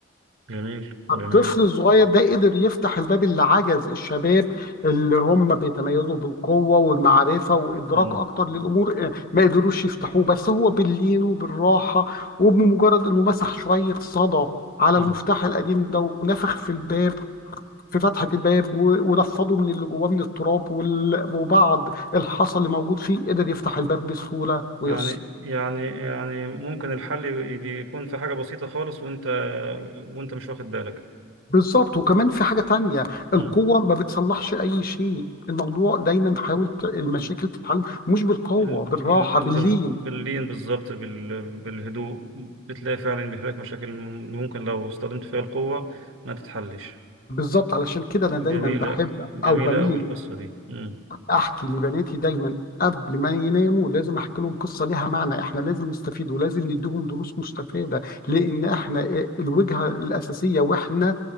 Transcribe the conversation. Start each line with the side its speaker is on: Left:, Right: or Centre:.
Right: جميل جميل
Left: الطفل الصغير ده قدر يفتح الباب اللي عجز الشباب اللي هم بيتميزوا بالقوة والمعرفة وإدراك
Right: مم.
Left: أكتر للأمور آه، ما قدروش يفتحوه بس هو باللين وبالراحة وبمجرد إنه مسح شوية صدى على
Right: مم.
Left: المفتاح القديم ده ونفخ في الباب في فتحة الباب و- ونفضه من اللي جواه من التراب وال- وبعض الحصى اللي موجود فيه قدر يفتح الباب بسهولة ويسر
Right: يعني يعني يعني ممكن الحل ي- يكون في حاجة بسيطة خالص وانت وانت مش واخد بالك
Left: بالظبط وكمان في حاجة تانية
Right: مم.
Left: القوة ما بتصلحش أي شيء الموضوع دايما حاول ت- المشاكل
Right: ال-
Left: تتحل مش بالقوة
Right: ال-
Left: بالراحة
Right: ال-
Left: باللين
Right: ال- باللين بالظبط بال- بالهدوء بتلاقي فعلا بيحل لك مشاكل ممكن لو استخدمت فيها القوة ما تتحلش
Left: بالظبط علشان كده أنا دايما
Right: جميلة
Left: بحب
Right: جميلة
Left: أو بميل
Right: أوي القصة دي مم.
Left: أحكي لبناتي دايما قبل ما يناموا لازم أحكي لهم قصة لها معنى إحنا لازم نستفيد ولازم نديهم دروس مستفادة لأن إحنا الوجهة الأساسية وإحنا